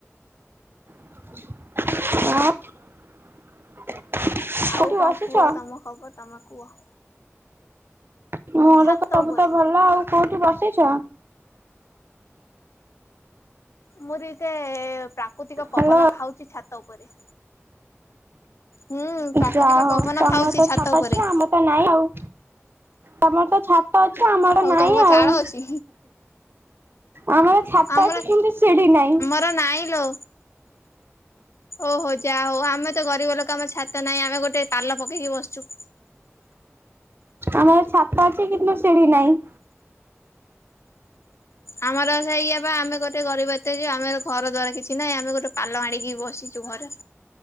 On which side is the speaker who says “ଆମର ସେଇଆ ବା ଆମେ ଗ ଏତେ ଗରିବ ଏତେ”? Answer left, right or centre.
Left